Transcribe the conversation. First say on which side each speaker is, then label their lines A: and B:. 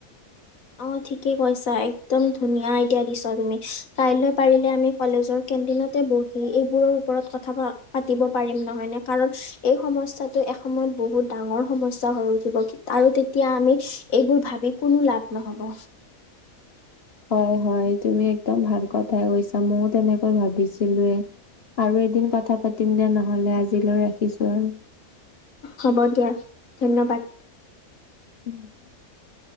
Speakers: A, on the left (about 70°); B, on the left (about 50°).
A: <inaudible> অ ঠিকেই কৈছা একদম ধুনীয়া আইডিয়া দিছা তুমি কাইলৈ পাৰিলে আমি কলেজৰ কেণ্টিনতে বহি এইবোৰৰ ওপৰত কথা পাতিব পাৰিম নহয় নে কাৰণ এই সমস্যাটো এসময়ত বহুত ডাঙৰ সমস্যা হৈ উঠিব আৰু তেতিয়া আমি এইবোৰ ভাবি কোনো লাভ নহ'ব।
B: হয় হয় তুমি একদম ভাল কথাই কৈছা ময়ও তেনেকৈ ভাবিছিলোৱে। আৰু এদিন কথা পাতিম দো নহলে আজিলৈ ৰাখিছো আৰু।
A: হ'ব দিয়া ধন্যবাদ।
B: <unintelligible>